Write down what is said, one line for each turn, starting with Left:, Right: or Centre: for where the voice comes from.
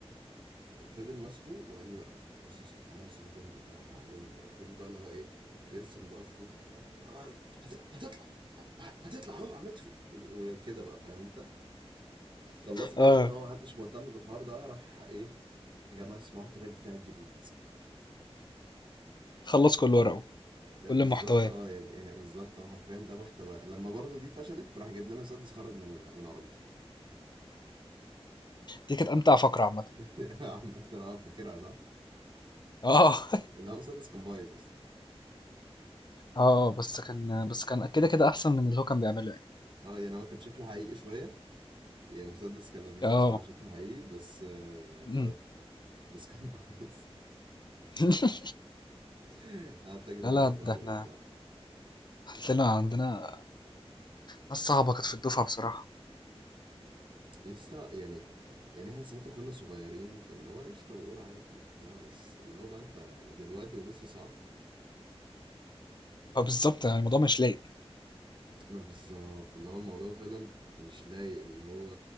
Right: فضل ماسكه وقال لي بقى بص يا اسطى تعالى بس اقعد جنبي وبتاع وهعلمك فضل بقى اللي هو ايه يرسم بقى خطوط وبتاع آه، هت- هتطلع ه- هتطلع اهو عملت في وكده بقى فاهم انت خلصت بقى
Left: آه،
Right: لان هو محدش مهتم بالحوار ده راح ايه يا جماعه اسمعوا التراك بتاع الجديد
Left: خلّص كل
Right: فال-
Left: ورقه،
Right: لا
Left: كل
Right: بالظبط
Left: محتواه.
Right: اه يعني ايه بالظبط اه حرفيا ده محتوى لما برضو دي فشلت راح جاب لنا مسدس خرج من من عربيته
Left: دي كانت أمتع فقرة عامةً.
Right: <laughs> عامة اه فاكرها صح؟
Left: آه، <laughs>
Right: لا مسدس كان بايظ اصلا
Left: آه، بس كان بس كان كده، كده أحسن من اللي هو كان بيعمله يعني.
Right: اه يعني هو كان شكله حقيقي شويه يعني مسدس كان نضيف
Left: آه،
Right: بصراحة شكله حقيقي بس آه، بتاع
Left: إمم.
Right: ده بس كان بايظ
Left: <laughs>
Right: <laughs> قعدت أجري
Left: لا،
Right: بيه
Left: لأ،
Right: ورا
Left: ده
Right: طارق
Left: إحنا
Right: وبتاع
Left: عندنا عندنا ناس صعبة كانت في الدفعة بصراحة.
Right: يسطا يعني يعني احنا ساعتها كنا صغيرين فاللي هو قشطة بقول عادي بتاع بس اللي هو بقى انت يعني دلوقتي ولسه صعب
Left: ما بالضبط، يعني الموضوع مش لايق.
Right: ما بالظبط اللي هو الموضوع فعلا مش لايق اللي هو